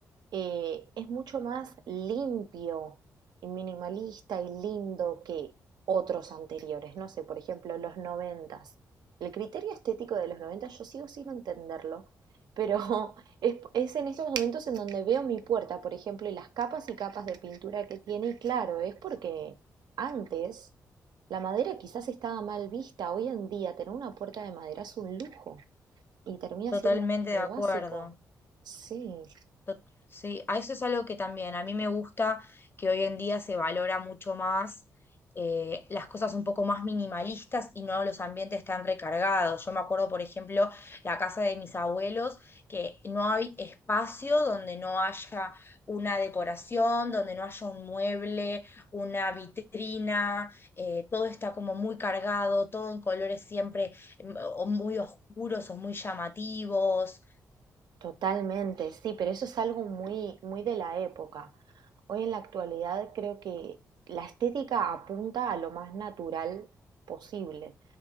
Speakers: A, on the right (about 65°); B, on the left (about 30°).
A: eh, es mucho más limpio y minimalista y lindo que otros anteriores. No sé, por ejemplo, los noventas. El criterio estético de los noventas yo sigo sin entenderlo, pero <laughs> es, es en estos momentos en donde veo mi puerta, por ejemplo, y las capas y capas de pintura que tiene. Y claro, es porque antes la madera quizás estaba mal vista. Hoy en día tener una puerta de madera es un lujo y termina
B: Totalmente
A: siendo muy
B: de acuerdo.
A: básico. Sí.
B: Tot- Sí, a eso es algo que también a mí me gusta, que hoy en día se valora mucho más eh, las cosas un poco más minimalistas y no los ambientes tan recargados. Yo me acuerdo, por ejemplo, la casa de mis abuelos, que no hay espacio donde no haya una decoración, donde no haya un mueble, una vitrina, eh, todo está como muy cargado, todo en colores siempre mm, o muy oscuros o muy llamativos.
A: Totalmente, sí, pero eso es algo muy, muy de la época. Hoy en la actualidad creo que la estética apunta a lo más natural posible.